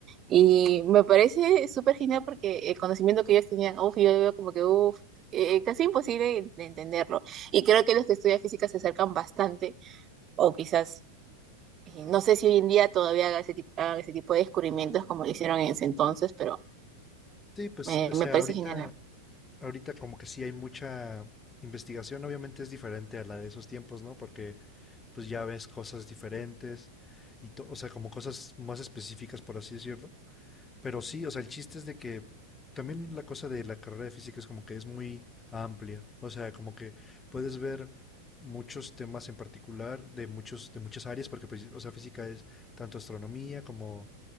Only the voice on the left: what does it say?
Sí, pues,
o sea,
ahorita,
ahorita como que sí hay mucha investigación, obviamente es diferente a la de esos tiempos, ¿no? Porque pues ya ves cosas diferentes y, to- o sea, como cosas más específicas, por así decirlo. Pero sí, o sea, el chiste es de que también la cosa de la carrera de física es como que es muy amplia. O sea, como que puedes ver muchos temas en particular de muchos, de muchas áreas, porque pues, o sea, física es tanto astronomía como,